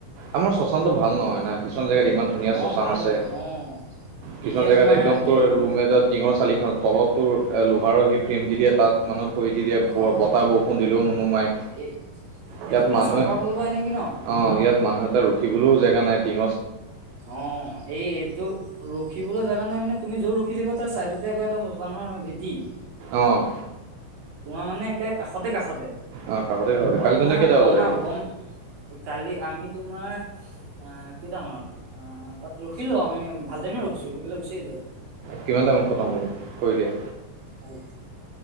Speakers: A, on the right (about 80°); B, on the right (about 65°).
A: আমাৰ শশ্বানটো ভাল নহয়
B: অ
A: না কিছুমান জেগাত ইমান ধুনীয়া
B: অ
A: শশ্বান
B: ভাল
A: আছে।
B: অ
A: কিছুমান
B: এতিয়া
A: জেগাত
B: তোমাৰ
A: একদম তোৰ
B: এই উম,
A: ৰুম এটাত ছ চালিখন তলতো লোহাৰহি ফ্ৰেম দি দিয়ে তাত মানুহ খৈ দি দিয়ে ব'
B: অ
A: বতাহ বৰষুণ দিলেও নুনুমাই।
B: এই সেইটো
A: ইয়াত
B: তোমাৰ
A: মানুহে
B: চৰকাৰৰ ফালৰ পৰা আহে নেকি ন
A: অ', ইয়াত মানুহ এটা ৰখিবলৈও জেগা নাই টিঙ
B: অ', এই এইটো ৰখিবলৈ কাৰণে মানে তুমি যোৰ ৰখি যাব তাৰ ছাইদতে আকৌ এটা শশানৰ ভেটি।
A: অ'।
B: তোমাৰ মানে কে কাষতে কাষতে। আৰু
A: অঁ কাষতে কাষতে কালি
B: তোমাৰ
A: তহঁতে কেইটা
B: গম,
A: বজাত আহিলি
B: গম কালি আমি তোমাৰ অ', কেইটামানত অ', তাত ৰখিলো আমি ভাল টাইমে ৰখিছো ৰখি পেলাই গুচি আহিলো।
A: কিমান টাইামত কটম হ'ল হয় দিয়া?
B: কালি